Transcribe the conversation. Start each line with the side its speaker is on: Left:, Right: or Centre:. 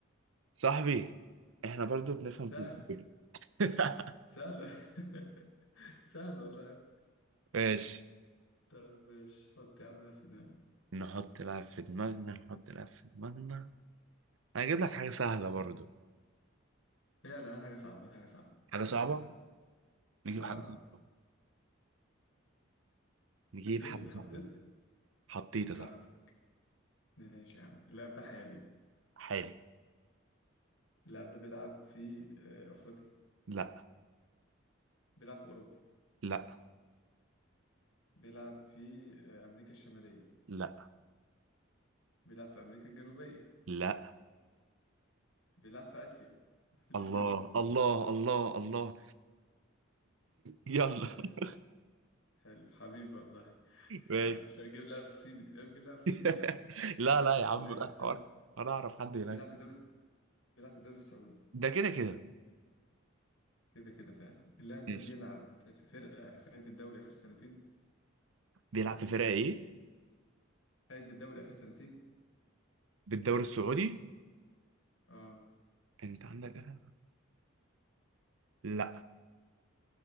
Right: صاحبي إحنا برضو بنفهم
Left: سهل
Right: في الكورة <laughs>
Left: سهل <laughs> سهل والله
Right: ماشي
Left: طب مش حط يا عم ده في دماغك
Right: نحط لعب في دماغنا نحط لعب في دماغنا انا هجيب لك حاجة سهلة برضو
Left: يلا هات حاجة صعبة هات حاجة صعبة
Right: حاجة صعبة
Left: هات حاجة صعبة
Right: نجيب
Left: اه
Right: حاجة صعبة نجيب
Left: جبت
Right: حاجة صعبة
Left: حطيت
Right: حطيت يا
Left: راحتك
Right: صاحبي
Left: ماشي يا عم اللاعب ده حالي
Right: حالي
Left: اللاعب ده بيلعب في آه، أفريقيا
Right: لا
Left: بيلعب في أوروبا
Right: لا
Left: بيلعب في آه، أمريكا الشمالية
Right: لا
Left: بيلعب في أمريكا الجنوبية
Right: لا
Left: بيلعب في آسيا مفتلش
Right: الله
Left: غيرها
Right: الله الله الله يلا
Left: حلو
Right: <laughs>
Left: حلو حبيبي والله <laughs>
Right: ماشي
Left: مش هجيب لاعب صيني لا بجيب لاعب صيني
Right: <laughs>
Left: ولا ايه
Right: لا لا يا عم
Left: اللاعب
Right: بقى
Left: ده
Right: حوار انا اعرف حد هناك
Left: بيلعب في الدوري بيلعب في الدوري السعودي
Right: ده كده كده
Left: كده كده فعلا اللاعب
Right: ماشي
Left: ده بيلعب في فرقة خدت الدوري آخر سنتين
Right: بيلعب في فرقة ايه
Left: خدت الدوري آخر سنتين
Right: بالدوري السعودي
Left: اه
Right: انت عندك أهلها؟ لا